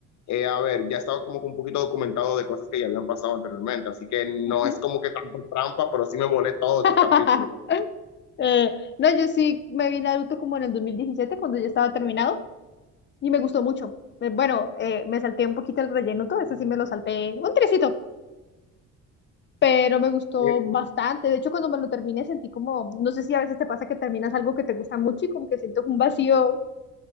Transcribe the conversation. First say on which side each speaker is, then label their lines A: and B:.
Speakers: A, on the left; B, on the left.
A: eh, a ver, ya estaba como que un poquito documentado de cosas que ya habían pasado anteriormente. Así que no
B: Ujú.
A: es como que tanto trampa, pero sí me volé todos
B: <laughs>
A: esos capítulos.
B: Eh, no, yo sí me vi Naruto como en el 2017 cuando ya estaba terminado, y me gustó mucho. Eh, Bueno, eh, me salté un poquito el relleno, todo eso sí me lo salté un trecito, pero me gustó
A: Eh,
B: bastante. De hecho, cuando me lo terminé sentí como, no sé si a veces te pasa que terminas algo que te gusta mucho y como que sientes un vacío